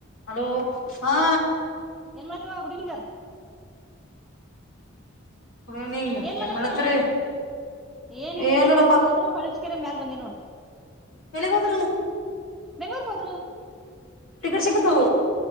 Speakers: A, on the left; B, in the centre.
A: Hello ಹಾ
B: ನ್ ಮಾಡತವಾ ಅಡಂಗ
A: ಗುಡ್ ಈವ್ನಿಂಗ್
B: ಏನ್ ಮಾಡತಿ
A: ಮಾಡತ್ರಿ
B: ಏನಿಲ್ಲ
A: ಏನಿಲ್ಲಪ್ಪಾ
B: ಈ ಕಾಕಾ ಹೋದ್ರು ಕಳಸ್ಕರೆ ಮ್ಯಲ್ ಬಂದಿ ನೋಡು
A: ಎನೆಗದರು
B: ಹೇಳ್ಕೋದ್ರು
A: ತ ಕ ಶಕತ ಹ